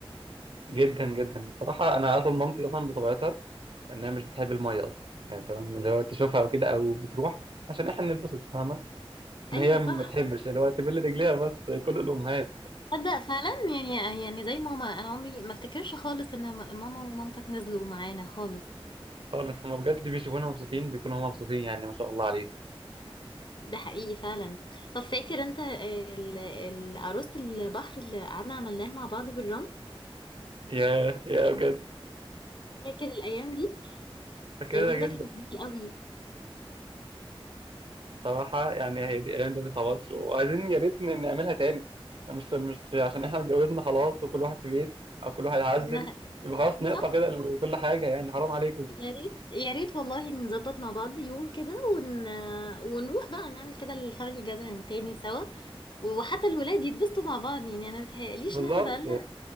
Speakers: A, on the right; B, on the left.
A: جدا جدا صراحه انا اصلا مامتي اصلا بطبيعتها انها مش بتحب الميه اصلا يعني تمام اللي هو تشوفها او كده او بتروح عشان احنا نتبسط فاهمه ان
B: ايوه
A: هي ما
B: صح
A: بتحبش اللي هو تبل رجليها بس كل الامهات
B: تصدق فعلا يعني يعني زي ماما انا عمري ما افتكرش خالص ان م- ماما ومامتك نزلوا معانا خالص
A: خالص هما بجد بيشوفونا مبسوطين بيكونوا هما مبسوطين يعني ما شاء الله عليهم
B: ده حقيقي فعلا طب فاكر انت ال- ال- عروسة البحر اللي قعدنا عملناها مع بعض بالرمل
A: يا يا بجد
B: فاكر الايام دي
A: فاكرها
B: اليوم
A: جدا
B: ده كان جميل قوي
A: صراحة يعني هي دي أيام دي ما تتعوضش وعايزين يا ريت ن- نعملها تاني مش مش عشان إحنا اتجوزنا خلاص وكل واحد في بيت أو كل واحد عزل
B: إنها-
A: يبقى خلاص نقطع
B: صح
A: كده كل حاجة يعني حرام عليكم
B: يا ريت يا ريت والله نظبط مع بعض يوم كده ون... ونروح بقى نعمل كده الفاميلي جاذرينج تاني سوا وحتى الولاد يتبسطوا مع بعض يعني انا متهيأليش
A: بالظبط
B: ان احنا بقالنا